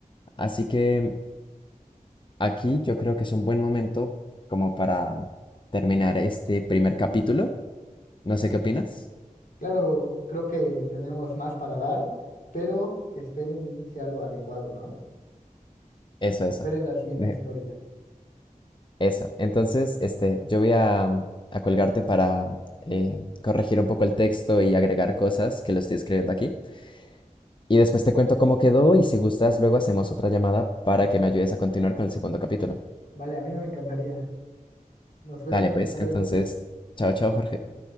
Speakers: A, on the left (about 35°); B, on the left (about 75°).
A: Así que aquí yo creo que es un buen momento como para terminar este primer capítulo. No sé qué opinas.
B: Claro, creo que tenemos más para dar, pero que esperen y sea lo adecuado, ¿no?
A: Eso,
B: Esperen
A: eso.
B: la siguiente
A: <laughs>
B: historia.
A: Eso. Entonces, este, yo voy a, a colgarte para eh, corregir un poco el texto y agregar cosas que lo estoy escribiendo aquí. Y después te cuento cómo quedó y si gustas, luego hacemos otra llamada para que me ayudes a continuar con el segundo capítulo.
B: Vale, a mí me encantaría. Nos vemos,
A: Dale, pues,
B: hasta luego.
A: entonces, chao, chao, Jorge.
B: Vale.